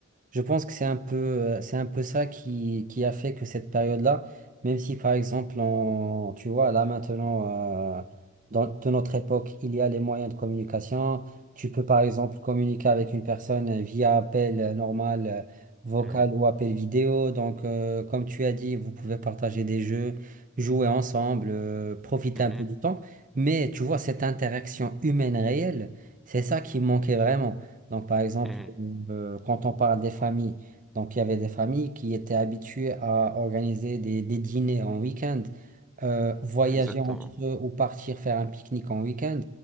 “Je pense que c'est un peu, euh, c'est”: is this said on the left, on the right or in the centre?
Right